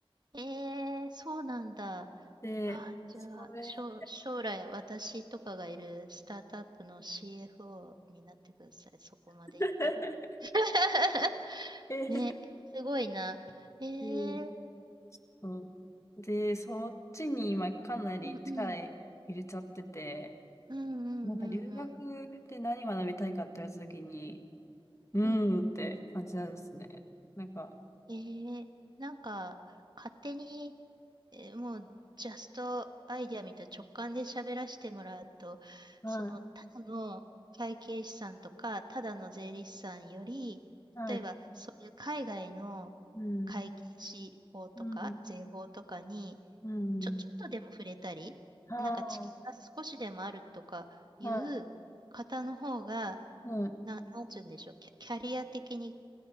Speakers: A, on the right (about 50°); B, on the left (about 30°).
A: えー、そうなんだ。
B: で、
A: あー、じゃあ、
B: それ、
A: 将、将来私とかがいるスタートアップの CFO になってください。そこまでいったら。
B: <laughs>
A: <laughs>
B: ええ
A: ね、すごいな。えー、
B: えと <laughs>、で、そっちに今かなり力入れちゃってて、
A: うんうん、うんうんうんうん。
B: なんか留学で何学びたいかって言われたときに、うーんって感じなんですね。
A: うん
B: なんか、
A: えー、なんか、勝手に、えーもう、ジャストアイデアみたいな直感で喋らせてもらうと、
B: はい、
A: その、ただの会計士さんとか、ただの税理士さんより、
B: はい、
A: 例えば、そういう海外の
B: うん、
A: 会計士法とか、
B: うん、
A: 税法とかに、
B: うん、
A: ちょ、ちょっとでも触れたり、
B: は
A: なんか知見が少しでもあるとかいう方の方が、
B: いはい、はい、
A: な、なんちゅうんでしょう、キャキャリア的に